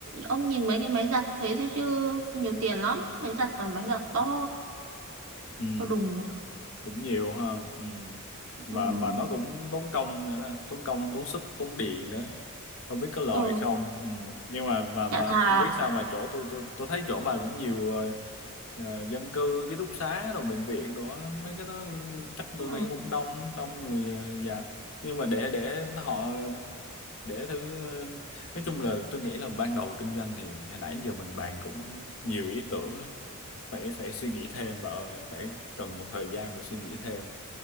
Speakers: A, on the right (about 75°); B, on the left (about 65°).
A: ông nhìn mấy cái máy giặt thế thôi chứ nhiều tiền lắm máy giặt toàn máy giặt to
B: Ừ.
A: to đùng
B: cũng nhiều ha ừ.
A: ừ.
B: mà
A: Ừ.
B: mà nó cũng tốn công nữa nè tốn công tốn sức tốn điện nữa không biết có lời
A: ừ,
B: không ừ. nhưng mà mà mà
A: chả thà
B: không biết sao mà chỗ tôi tôi tôi thấy chỗ bà cũng nhiều ờ, ờ, dân cư ký túc xá rồi bệnh viện đó mấy cái đó ừ, chắc
A: ừ.
B: tôi nghĩ cũng đông đông người ờ, dạ nhưng mà để để họ để thứ ờ, nói chung là tôi nghĩ là ban đầu kinh doanh thì hồi nãy giờ mình bàn cũng nhiều ý tưởng á. phải phải suy nghĩ thêm bà ơi phải cần một thời gian và suy nghĩ thêm